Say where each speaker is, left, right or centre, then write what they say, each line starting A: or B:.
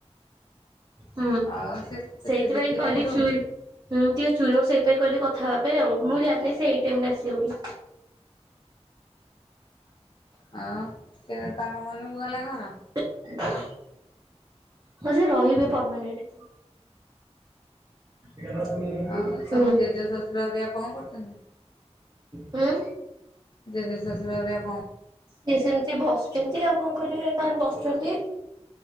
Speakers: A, on the right (about 30°); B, on the left (about 45°).
A: ହୁଁ
B: ଆଉ ସେ
A: ସେଇଥିପାଇଁ
B: ସେ ଦେଖିଲେ
A: କହିଲି
B: ରୁମ୍
A: ଚୁ ହୁଁ ଟିକେ ଚୁନୁ ସେଇପାଇଁ କହିଲି କଥା ହେବାପାଇଁ ଆଉ ମୁଁ ଜାଣିନି ସେଏଇ ଟାଇମରେ ଆସିବ ବୋଲି।
B: ଆଉ ସେତାଙ୍କ ମନକୁ ଗଲା ଘର?
A: <inaudible> ହଁ ସେରହିବେ ପରମାନେଣ୍ଟ। <unintelligible>
B: ଆଉ ତମ ଜେଜେ ଶ୍ୱଶୁର ହେରିକା କଣ କରୁଛନ୍ତି?
A: ଉଁ।
B: ଜେଜେ ଶ୍ୱଶୁର ଅରିକା
A: ସେସେମିତି ବସୁଚନ୍ତି ଆଉ କଁ କରିବେ ତାଙ୍କର ବସିଚନ୍ତି